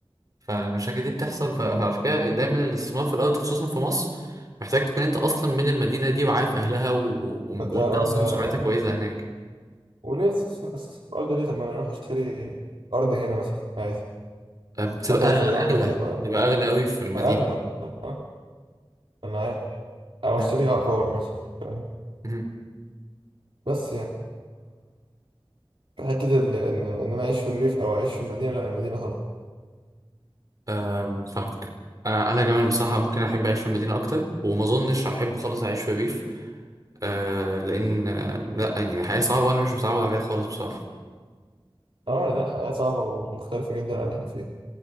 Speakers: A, on the right; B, on the right.
A: فالمشاكل دي بتحصل ف- فعشان كده دايما الاستثمار في الارض خصوصا في مصر محتاج تكون انت اصلا من المدينه دي وعارف اهلها و... و... وانت
B: ده
A: اصلا
B: اه ده
A: سمعتك كويسه هناك
B: وليه أس- أس- الارض ليه طب ما انا اروح اشتري ارض هنا مثلا عادي
A: آه، بتبقى
B: حتى لو صغيره
A: أغلى
B: فتبقى
A: بتبقى أغلى أوي في المدينة
B: اغلى آه، انا عارف او اشتري
A: مم.
B: عقار مثلا فاهم؟
A: مم.
B: بس يعني حتة ال- إن إن أنا أعيش في الريف أو أعيش في المدينة لا المدينة طبعا
A: آم، فاهمك آه، أنا كمان بصراحة ممكن أحب أعيش في المدينة أكتر وما أظنش هحب خلاص أعيش في ريف آه، لأن آه، لأ يعني حياة صعبة وأنا مش متعود عليها خالص بصراحة
B: أه يعني لا حياة صعبة ومختلفة جدا عن اللي إحنا فيه